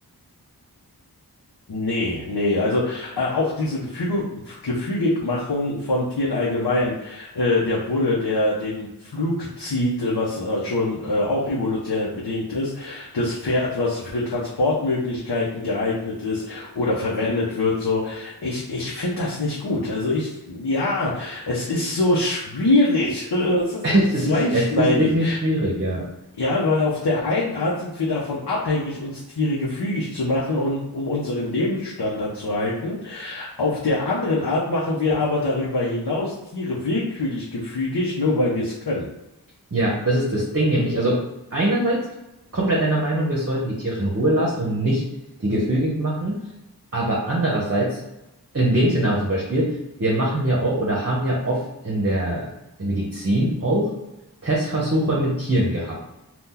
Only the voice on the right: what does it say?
<laughs>
Es
ist, es ist definitiv schwierig, ja.
Ja, das ist das Ding nämlich. Also einerseits komplett deiner Meinung, wir sollten die Tiere in Ruhe lassen und nicht die gefügig machen. Aber andererseits, in dem Szenario zum Beispiel, wir machen ja auch oder haben ja oft in der Medizin auch Testversuche mit Tieren gehabt.